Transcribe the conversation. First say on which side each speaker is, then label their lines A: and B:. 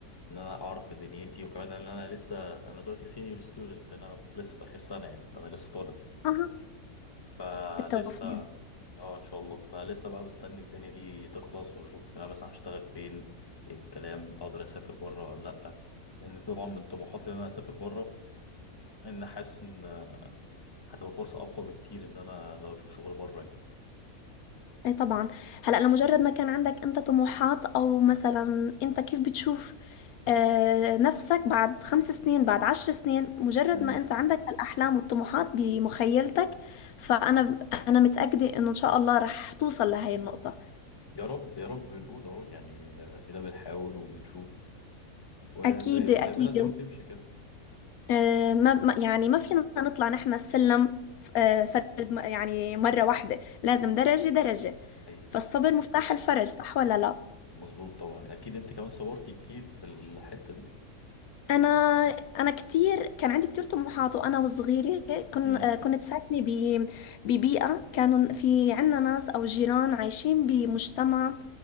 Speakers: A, on the left; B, on the left.
A: ان انا اعرف في دنيتي وكمان ان انا لسه انا دلوقتي سينيور ستودنت انا في- لسه في اخر سنه يعني فانا لسه طالب
B: أها
A: فلسه
B: بالتوفيق
A: اه ان شاء الله فلسه بقى مستني الدنيا دي تخلص واشوف انا مثلا هشتغل فين إيه الكلام اقدر اسافر بره ولا لا لان طبعا من طموحاتي ان انا اسافر بره ان حاسس ان هتبقى فرصه اقوى بكتير ان انا لو اشوف شغل بره يعني
B: اي طبعا هلا لمجرد ما كان عندك انت طموحات او مثلا انت كيف بتشوف آه نفسك بعد خمس سنين بعد عشر سنين مجرد
A: امم
B: ما انت عندك الاحلام والطموحات بمخيلتك فانا انا متاكده انه ان شاء الله رح توصل لهي النقطه
A: يا رب يا رب بنقول اهو يعني آه، ادينا بنحاول وبنشوف وزي
B: اكيد اكيد
A: سايبنا زي ما تمشي كده
B: آه ما ما- يعني ما فينا نطلع نحن السلم آه فرد يعني مره واحده لازم درجه درجه
A: حقيقة
B: فالصبر مفتاح
A: بالظبط
B: الفرج صح ولا لا
A: مظبوط طبعا اكيد انت كمان صبرت كتير في الحته دي
B: انا انا كتير كان عندي كتير طموحات وانا وصغيره كن
A: امم
B: آه، كنت ساكنه ب- ببيئه كانوا في عنا ناس او جيران عايشين بمجتمع